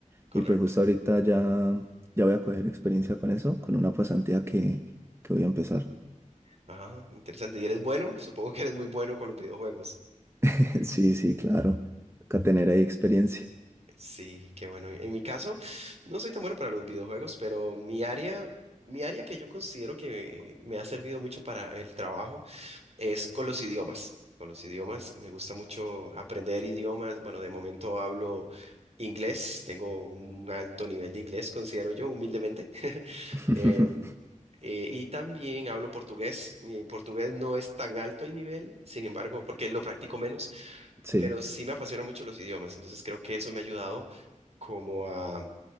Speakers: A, on the right; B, on the right.
A: Correcto.
B: Y pues justo ahorita ya, ya voy a coger experiencia con eso, con una pasantía que, que voy a empezar.
A: Ajá, interesante. ¿Y eres bueno? Supongo que eres muy bueno con los videojuegos.
B: <laughs> Sí, sí, claro. Toca tener
A: Ok.
B: ahí experiencia.
A: Sí, qué bueno. En mi caso, no soy tan bueno para los videojuegos, pero mi área, mi área que yo considero que me ha servido mucho para el trabajo es con los idiomas. Con los idiomas, me gusta mucho aprender idiomas. Bueno, de momento hablo inglés, tengo un alto nivel de inglés, considero yo, humildemente. <laughs>
B: <laughs>
A: Em, eh, y también hablo portugués. Mi portugués no es tan alto el nivel, sin embargo, porque lo practico menos,
B: Sí,
A: pero sí me apasiona mucho los idiomas. Entonces creo que eso me ha ayudado como a,